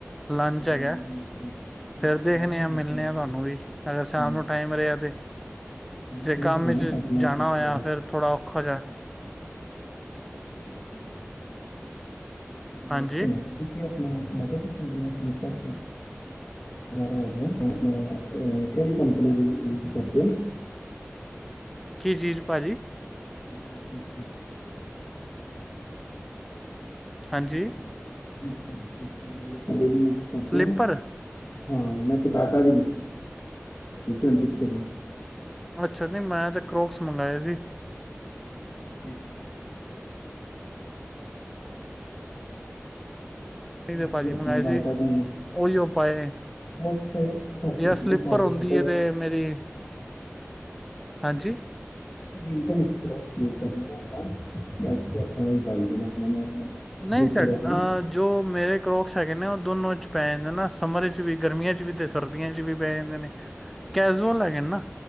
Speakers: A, in the centre; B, on the left.
A: ਲੰਚ
B: ਜੀ,
A: ਹੈਗਾ,
B: ਲਾਲਚ ਹੀ ਲਾਲਚ। ਤੁਸੀਂ
A: ਫੇਰ
B: ਤੁਸੀਂ
A: ਦੇਖਦੇ
B: ਆਓ ਮੇਰੇ
A: ਹਾਂ ਮਿਲਣੇ
B: ਕੋਲ।
A: ਹਾਂ ਤੁਹਾਨੂੰ ਵੀ, ਅਗਰ ਸ਼ਾਮ
B: ਹਾਂਜੀ
A: ਨੂੰ ਟਾਈਮ ਰਿਹਾ ਤੇ,
B: ਹਾਂ
A: ਜੇ
B: ਦੇਖ
A: ਕੰਮ
B: ਲੈਣਾ
A: ਵਿੱਚ
B: ਕੱਢ ਲੈ
A: ਜਾਣਾ
B: ਕੋਈ
A: ਹੋਇਆ
B: ਤੇਰਾ
A: ਫਿਰ ਥੋੜ੍ਹਾ ਔਖਾ ਜਿਹਾ
B: ਅੱਛਾ-ਅੱਛਾ।
A: ਹਾਂਜੀ
B: ਹੋਰ ਸੁਣਾ? ਤੁਸੀਂ ਅਪ ਮੈ ਕਿਆ ਤੁਸੀ ਜਿਵੇੰ ਸਲੀਪਰ ਵਗੈਰਾ ਹੋ ਗਏ, ਏ ਅਹ ਕਿਹੜੀ ਕੰਪਨੀ ਦੇ ਯੂਜ ਕਰਦੇ ਹੋ?
A: ਕੀ ਚੀਜ਼ ਭਾਜੀ?
B: ਠੀਕ ਹੈ-ਠੀਕ ਹੈ।
A: ਹਾਂਜੀ
B: ਠੀਕ ਏ। ਠੀਕ ਹੈ, ਜੇੜ੍ਹੇ ਆਪਾਂ ਡੇਲੀ ਯੂਜ ਕਰਦੇ
A: ਸਲੀਪਰ
B: ਆ ਨਾ ਹਾਂ ਮੈਂ ਤੇ ਬਾਟਾ ਦੀ ਲੀਤੀ ਹੁਣ ਪਿੱਛੇ ਜੀ <inaudible>
A: ਅੱਛਾ ਨੀ ਮੈਂ ਤੇ ਕਰੋਕਸ ਮੰਗਵਾਏ ਸੀ
B: <unintelligible>
A: ਨਹੀਂ
B: ਮੈਂ
A: ਤੇ ਭਾਜੀ
B: ਵੀ ਆਪਣਾ
A: ਮੰਗਵਾਏ ਸੀ
B: ਬਾਟਾ ਦੀ
A: ਉਹੀ ਉਹ ਪਾਏ
B: ਬੁੱਕਸ ਤੇ ਸਰਟੀਫਿਕੇਟ
A: ਯ ਸਲੀਪਰ
B: ਦੇ ਫੋਰ ਵਿੰਟਰ
A: ਹੁੰਦੀ ਹੈ ਤੇ ਮੇਰੀ ਹਾਂਜੀ
B: <unintelligible>
A: ਨਹੀਂ
B: ਸਲੀਪ
A: ਸਰ
B: ਕਰੋਗੇ
A: ਅਹ
B: ਨਾ
A: ਜੋ ਮੇਰੇ ਕਰੋਕਸ ਹੈਗੇ ਨੇ ਉਹ ਦੋਨੋ ' ਪੈ ਜਾਂਦੇ ਨਾ ਸਮਰ ਚ ਵੀ ਗਰਮੀਆਂ ' ਵੀ ਅਤੇ ਸਰਦੀਆਂ ' ਵੀ ਪੈ ਜਾਂਦੇ ਨੇ ਕੈਜੂਅਲ ਹੈਗੇ ਨਾ